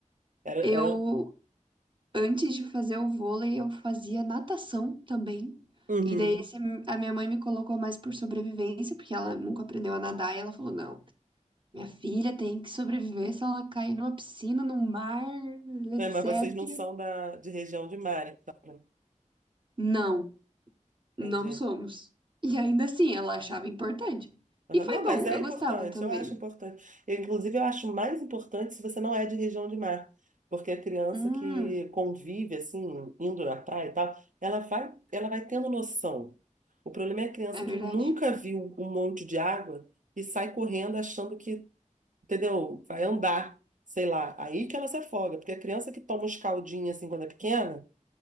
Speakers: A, on the right (about 75°); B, on the right (about 40°).
A: Era,
B: eu,
A: era...
B: antes de fazer o vôlei, eu fazia natação também.
A: um, Uhum.
B: E daí esse- a minha mãe me colocou mais por sobrevivência, porque ela nunca aprendeu a nadar. E ela falou: não, minha filha tem que sobreviver se ela cair numa piscina, no mar, etc.
A: É, mas vocês não são da, de região de mar, então. né?
B: Não, não
A: Entendi.
B: somos. E ainda assim, ela achava importante.
A: Aham.
B: E foi
A: Não, mas
B: bom,
A: é
B: eu
A: importante,
B: gostava também.
A: eu acho importante. Eu, inclusive, eu acho mais importante se você não é de região de mar, porque a criança
B: Hum,
A: que convive, assim, indo na praia e tal, ela vai, ela vai tendo noção. O problema é a criança
B: é verdade.
A: que nunca viu um monte de água e sai correndo achando que, entendeu, vai andar, sei lá. Aí que ela se afoga, porque a criança que toma uns caldinhos, assim, quando é pequena,